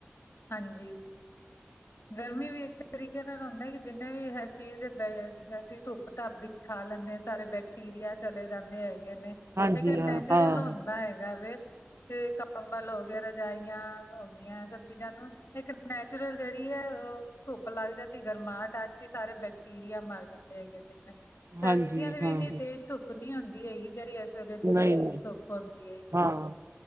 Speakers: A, on the left; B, on the right.
A: ਹਾਂਜੀ, ਗਰਮੀ ਵੀ ਇੱਕ ਤਰੀਕੇ ਨਾਲ ਹੁੰਦੇ ਕਿ ਜਿੰਨੇ ਵੀ ਇਹ ਚੀਜ਼ ਅਸੀਂ ਧੁੱਪ ਧੱਪ ਦੀ ਖਾ ਲੈਂਦੇ ਹਾਂ ਸਾਰੇ ਬੈ। ਟੀਰੀਆ ਚਲੇ ਜਾਂਦੇ ਹੈਗੇ ਨੇ।
B: ਹਾਂਜੀ
A: ਇੱਕ
B: ਹਾਂ
A: ਨੈਚੁਰਲ
B: ਹਾਂ
A: ਹੁੰਦਾ ਹੈਗਾ ਵ, ਕੰਬਲ ਹੋ ਗਿਆ। ਰਜਾਈਆਂ ਹੋ ਗੀਆਂ ਸਭ ਚੀਜ਼ਾਂ ਨੂੰ, ਇੱਕ ਨੈਚੁਰਲ ਜਿਹੜੀ ਹੈ ਉਹ। ਧੁੱਪ ਲੱਗ ਜਾਂਦੀ ਗਰਮਾਹਟ ਆ ਜਾਂਦੀ। ਸਾਰੇ ਬੈਕਟੀਰੀਆ ਮਰ ਜਾਂਦੇ। ਹੈ ਜਾਂ ਸਰਦੀਆਂ
B: ਹਾਂਜੀ
A: ਦੇ ਵੀ
B: ਹਾਂ
A: ਇੰਨੀ
B: ਹਾਂ
A: ਤੇਜ਼। ਧੁੱਪ ਨੀ ਆਉਂਦੀ ਹੈਗੀ ਜਿਹੜੀ ਇਸ ਵੇਲੇ ਦੀ
B: ਨਹੀਂ
A: ਤੇਜ਼
B: ਨਹੀਂ
A: ਧੁੱਪ ਆਉਂਦੀ ਹੈਗੀ
B: ਹਾਂ
A: ਆ।